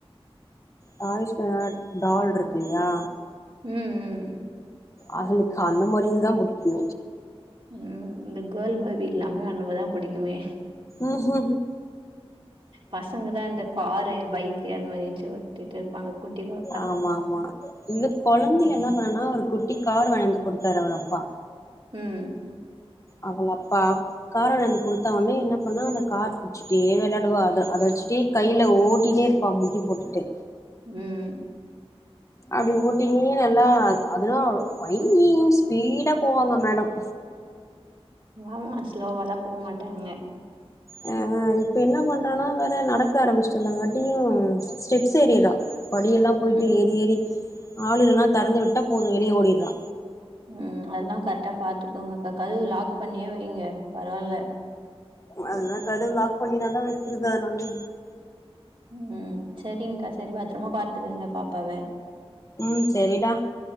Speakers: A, on the left; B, on the right.
A: டாய்ஸ்லனா டால் இருக்குல்லயா
B: ம் ம்
A: அவளுக்கு அந்த மாரிந்தா புடிக்கு
B: ம் இந்த கேள் பேபிக்கு எல்லாமே அந்த மாரிதா பிடிக்குமே
A: ம் கு
B: பசங்க தா இந்த காரு பைக்கு அந்த மாரி வெச்சு ஒட்டிட்டு இருப்பாங்க குட்டி ப
A: ஆமா ஆமா இந்த கொழந்தையில
B: ம்
A: என்ன பண்ணானா ஒரு குட்டி கார் வந்து கொடுத்தாரு அவர் அப்பா
B: ம்
A: அவங்க அப்பா கார வாங்கி கொடுத்த ஒடனே என்ன பண்ணா அந்த கார் புச்சுட்டே வெளையாடுவா அத அத வச்சுட்டே கையில ஓட்டிட்டே இருப்பாரு முட்டி போட்டுட்டு
B: ம்
A: அப்டி ஊட்டினே நல்லா அததுல்லா ஸ்வைங்னு ஸ்பீடா போவாங்க மேடம்
B: ஆமா ஸ்லோவாலா போக மாட்டாங்க
A: அ இப்ப என்ன பண்ணுறேன்னா வேறு நடக்க ஆரம்பிச்சட்டுருந்தாங் காட்டியு ஸ்டெப்ஸ் ஏறிறா படியெல்லா போயிட்டு
B: ம்
A: ஏறி ஏறி ஆளுல்லனா தெறந்து விட்டா போது வெளிய ஓடிட்றா
B: ம் அதெல்லா கரெக்டா பாத்துக்கோங்க அக்கா கதவு லாக் பண்ணியே வைங்க பரவால்ல
A: அதுதா கடவு லாக் பண்ணி தாண்டா வைச்சுறுக்குறே நானு
B: ம் சேரிங்க்கா சேரி பத்திரமா பாத்துக்கங்க பாப்பாவ
A: ம் சேரிடா